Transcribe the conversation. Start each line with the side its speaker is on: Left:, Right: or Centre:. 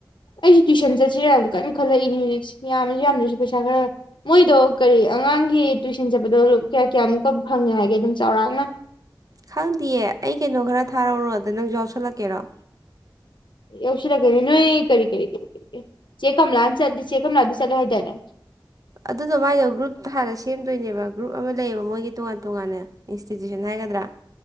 Left: ꯑꯩꯁꯨ ꯇꯨꯏꯁꯟ ꯆꯠꯁꯤꯔꯅꯥ ꯀꯟꯅ ꯈꯜꯂꯛꯏꯅꯤ ꯍꯧꯖꯤꯛꯁꯤ ꯌꯥꯝꯃꯁꯨ ꯌꯥꯝꯗ꯭ꯔꯁꯨ ꯄꯩꯁꯥ ꯈꯔ ꯃꯣꯏꯗꯣ ꯀꯔꯤ ꯑꯉꯥꯡꯒꯤ ꯇꯨꯏꯁꯟ ꯆꯠꯄꯗꯣ ꯀꯌꯥ ꯀꯌꯥꯃꯨꯛꯀ ꯐꯪꯉꯦ ꯍꯥꯏꯒꯦ ꯑꯗꯨꯝ ꯆꯥꯎꯔꯥꯛꯅ
Right: ꯈꯪꯗꯦꯌꯦ ꯑꯩ ꯀꯩꯅꯣ ꯈꯔ ꯊꯥꯔꯧꯔꯣ ꯗ ꯅꯪꯁꯨ ꯌꯥꯎꯁꯜꯂꯛꯀꯦꯔꯣ
Left: ꯌꯥꯎꯁꯤꯜꯀꯦ ꯅꯣꯏ ꯀꯔꯤ ꯀꯔꯤꯔꯤ ꯆꯦ ꯀꯝꯃꯂꯥ ꯑꯝ ꯆꯠ ꯆꯦ ꯀꯝꯃꯂꯥꯗꯨ ꯆꯠꯂꯤ ꯍꯥꯏꯗꯥꯏꯅꯦ
Right: ꯑꯗꯨꯗꯣ ꯃꯥꯏꯗꯣ ꯒ꯭ꯔꯨꯞ ꯍꯥꯟꯅꯥ ꯁꯦꯝꯗꯣꯏꯅꯦꯕ ꯒ꯭ꯔꯨꯞ ꯑꯃ ꯂꯩꯌꯦꯕ ꯃꯣꯏꯒꯤ ꯇꯣꯉꯥꯟ ꯇꯣꯉꯥꯟꯅ ꯏꯟꯁꯇꯤꯇ꯭ꯌꯨꯁꯟ ꯍꯥꯏꯒꯗ꯭ꯔꯥ